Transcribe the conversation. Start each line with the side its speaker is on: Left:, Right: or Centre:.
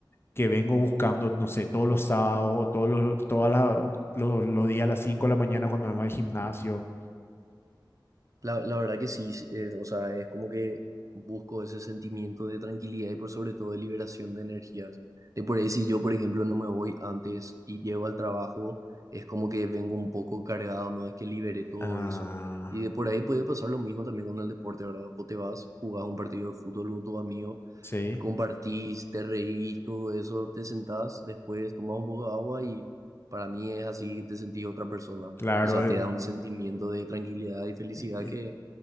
Left: que vengo buscando, no sé, todos los sábados o todos los, todas las- los, los días a las 5 de la mañana cuando vengo al gimnasio.
Right: La, la verdad que sí, sí, eh, o sea, es como que busco ese sentimiento de tranquilidad y por sobre todo de liberación de energías. De por ahí si yo, por ejemplo, no me voy antes y llego al trabajo, es como que vengo un poco cargado, no es que libere todo
Left: Ah,
Right: eso. Y de por ahí puede pasar lo mismo también con el deporte, ¿verdad? Vos te vas, jugás un partido de fútbol con tu amigo
Left: sí.
Right: compartís, te reís, todo eso, te sentás, después tomás un poco de agua y para mí es así que te sentís otra persona.
Left: Claro,
Right: O sea,
Left: eh,
Right: te da un sentimiento de tranquilidad y felicidad
Left: Eh, eh,
Right: que